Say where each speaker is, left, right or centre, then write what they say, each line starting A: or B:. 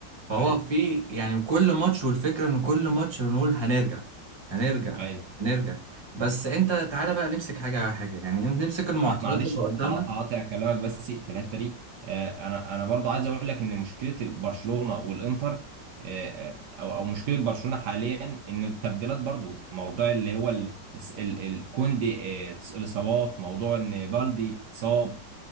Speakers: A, on the right; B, on the right.
A: فهو
B: ايوه
A: في يعني كل ماتش والفكرة ان كل ماتش بنقول هنرجع هنرجع
B: ايوه
A: هنرجع بس انت تعالى بقى نمسك حاجة على حاجة يعني نمسك المعطيات
B: مع- معلش
A: اللي قدامنا
B: ه- هقاطع كلامك بس في الحته دي آه، انا انا برضو عايز اقول لك ان مشكله برشلونه والانتر آه، آه، او او مشكله برشلونه حاليا ان التبديلات برضو موضوع اللي هو ال- الس- ال- ال- كوندي آه، الاصابات موضوع ان بالدي اتصاب